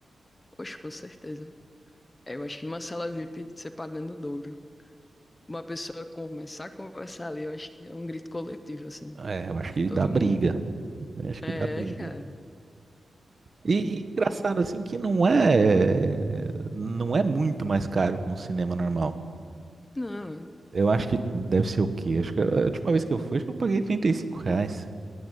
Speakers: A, on the left; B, on the right.
A: Oxe, com certeza. É, eu acho que numa sala VIP, você pagando o dobro. Uma pessoa começar a conversar ali, eu acho que é um grito coletivo, assim.
B: É, eu acho que
A: Todo
B: dá briga.
A: mundo.
B: Eu acho que
A: É,
B: dá briga.
A: cara.
B: E, e engraçado assim que não é não é muito mais caro que um cinema normal.
A: Não, é-
B: Eu acho que deve ser o quê? Acho que a última vez que eu fui, acho que eu paguei 35 reais.